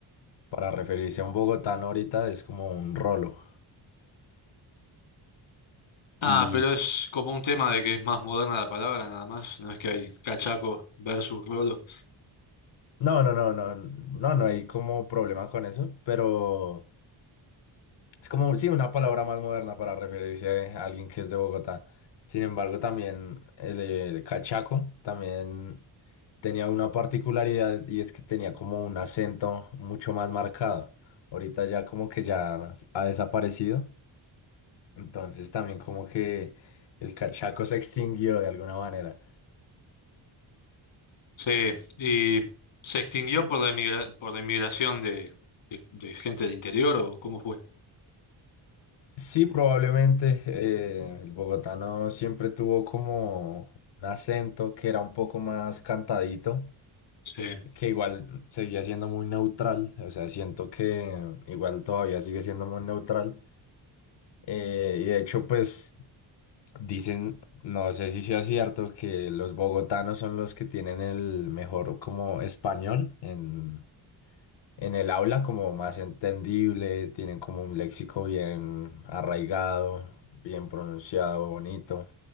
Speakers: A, on the left; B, on the left.
A: para referirse a un bogotano ahorita es como un rolo.
B: Ah,
A: Y
B: pero es como un tema de que es más moderna la palabra nada más, no es que hay cachaco versus rolo.
A: no, no, no, no, no, no hay como problema con eso, pero... Es como, sí, una palabra más moderna para referirse a alguien que es de Bogotá. Sin embargo, también el, el cachaco también tenía una particularidad y es que tenía como un acento mucho más marcado. Ahorita ya como que ya ha desaparecido. Entonces también como que el cachaco se extinguió de alguna manera.
B: Sí, y se extinguió por la emigra- por la inmigración de, de- de gente del interior o cómo fue.
A: Sí, probablemente eh, el bogotano siempre tuvo como un acento que era un poco más cantadito
B: Sí.
A: que igual seguía siendo muy neutral, o sea, siento que igual todavía sigue siendo muy neutral. eh, y de hecho, pues dicen, no sé si sea cierto, que los bogotanos son los que tienen el mejor como español en, en el aula, como más entendible, tienen como un léxico bien arraigado, bien pronunciado, bonito.